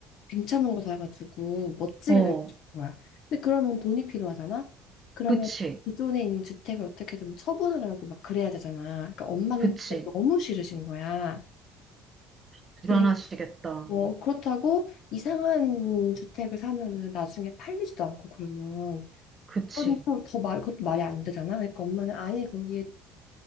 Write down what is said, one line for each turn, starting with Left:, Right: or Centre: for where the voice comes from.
Left: 괜찮은 거 사가지고 멋지게
Right: 어.
Left: 살고 싶은 거야. 근데 그러면 돈이 필요하잖아. 그러면
Right: 그치,
Left: 기존에 있는 주택을 어떻게든 뭐 처분을 하고 막 그래야 되잖아. 그러니까 엄마는
Right: 그치.
Left: 주택 너무 싫으신 거야.
Right: 불안하시겠다.
Left: 그리고 뭐 그렇다고 이상한 주택을 사면은 나중에 팔리지도 않고 그러면
Right: 그치.
Left: 그건 또더 말, 그것도 말이 안 되잖아. 그러니까 엄마는 아예 거기에